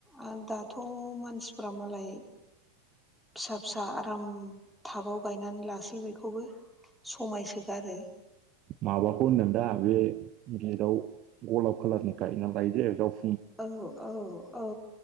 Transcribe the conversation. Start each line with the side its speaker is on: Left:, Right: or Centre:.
Centre: आरो दाथ' मानसिफ मालाय फिसा फिसा आराम टाबाव गायनानै लासै बेखौबो समायसोगारो
Right: माबाखौ होनदों दा बे गेटाव गलाब खाालारनि गायना लायोदे जाव
Centre: औ औ औ